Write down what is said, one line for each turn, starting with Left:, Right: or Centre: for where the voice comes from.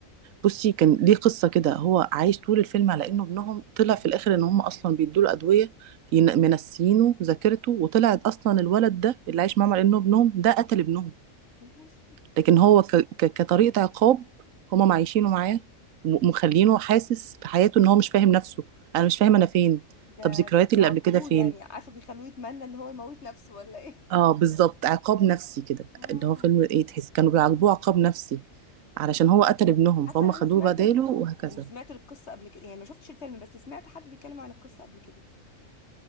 Right: بصي كان ليه قصه كده هو عايش طول الفيلم على انه ابنهم طلع في الاخر ان هم اصلا بيدوا له ادويه ين- منسيينه ذاكرته وطلعت اصلا الولد ده اللي عايش معاهم على انه ابنهم ده قتل ابنهم
Left: عجبتني
Right: لكن هو ك... ك... كطريقه عقاب هم معيشينه معاه م- مخلينه حاسس في حياته ان هو مش فاهم نفسه انا مش فاهم انا فين
Left: ده
Right: طب ذكرياتي
Left: ده بيعاقبوه
Right: اللي قبل كده فين
Left: يعني عارفة بيخلوه يتمنى ان هو يموت نفسه ولا ايه
Right: اه بالظبط عقاب نفسي كده
Left: اه
Right: اللي هو فيلم ايه تحس كانوا بيعاقبوه عقاب نفسي
Left: <laughs> لا
Right: علشان هو قتل ابنهم
Left: حاسة
Right: فهم
Left: ان
Right: خدوه
Left: انا سمعت
Right: بداله
Left: ال...
Right: وهكذا
Left: اللي سمعت القصة قبل كده يعني ما شفتش الفيلم بس سمعت حد بيتكلم عن القصة قبل كده